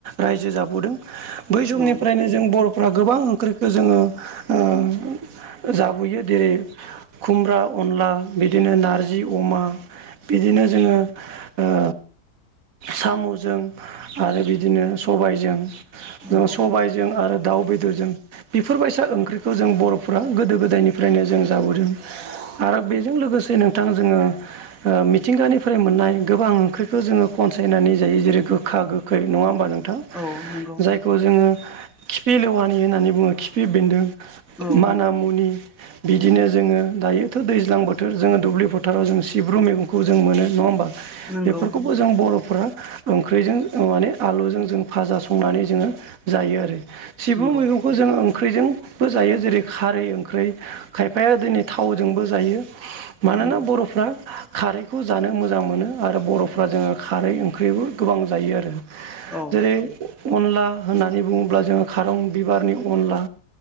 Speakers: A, on the right; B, in the centre.
A: रायजो जाबोदों बै समनिफ्रायनो
B: नोंथां हागोन औ
A: जों बर' फोरा गोबां ओंख्रिखौ जोङो ओ जाबोयो जेरै खुमब्रा अनला बिदिनो नारजि अमा बिदिनो जोङो ओ साम'जों आरो बिदिनो सबायजों
B: नंगौ
A: सबायजों आरो दाउ बेदरजों बेफोरबायसा ओंख्रिखौ जों बर'फ्रा गोदो गोदायनिफ्रायनो जों जाबोदों। आरो बेजों लोगोसे नोंथां जोङो ओ मिथिंगानिफ्राय मोननाय गोबां ओंख्रिखौ जोङो खनसायनानै जायो जेरै गोखा गोखै नङा होमबा नों थां
B: औ नंगौ
A: जायखौ जोङो खिफि लेवानि होननानै बुङो खिफि बेन्दों
B: औ
A: माना मुनि बिदिनो जोङो दायोथ' दैज्लां बोथोर जोङो दुब्लि फोथाराव जों सिब्रु मैगंखौ जों मोनो नङा होमबा
B: नंगौ
A: बेफोरखौ जों बर'फोरा ओंख्रिजों माने आलुजों जों भाजा संनानै जोङो जायो आरो सिबुं
B: नंगौ
A: मैगं बो जोंङो ओंख्रिजोंबो जायो जेरै खारै ओंख्रै खायफाया दिनै थावजोंबो जायो। मानोना
B: नंगौ
A: बर'फ्रा खारैखौ जानो मोजां मोनो आरो बर'फ्रा जोङो खारै ओंख्रिबो गोबां जायो आरो।
B: औ
A: जेरै अनला होननानै बुङोब्ला जोङो खारं बिबारनि अनला